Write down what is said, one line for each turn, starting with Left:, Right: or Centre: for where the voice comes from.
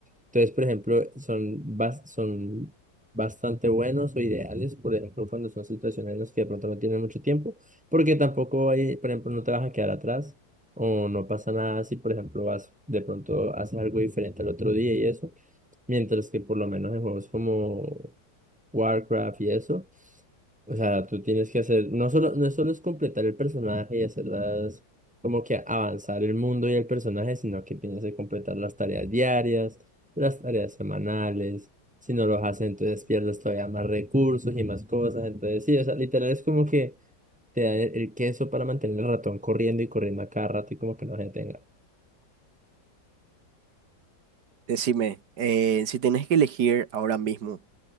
Centre: Entonces, por ejemplo, son, bas- son bastante buenos o ideales, por ejemplo, cuando son situaciones en las que de pronto no tienes mucho tiempo, porque tampoco hay, por ejemplo, no te vas a quedar atrás o no pasa nada si, por ejemplo, vas de pronto haces algo diferente al otro día y eso. Mientras que por lo menos en juegos como Warcraft y eso, o sea, tú tienes que hacer, no solo, no solo es completar el personaje y hacerlas, como que avanzar el mundo y el personaje, sino que tienes que completar las tareas diarias, las tareas semanales. Si no los haces, entonces pierdes todavía más recursos y más cosas. Entonces, sí, o sea, literal es como que te da el, el queso para mantener el ratón corriendo y corriendo a cada rato y como que no se detenga.
Right: Decime, eh, si tenés que elegir ahora mismo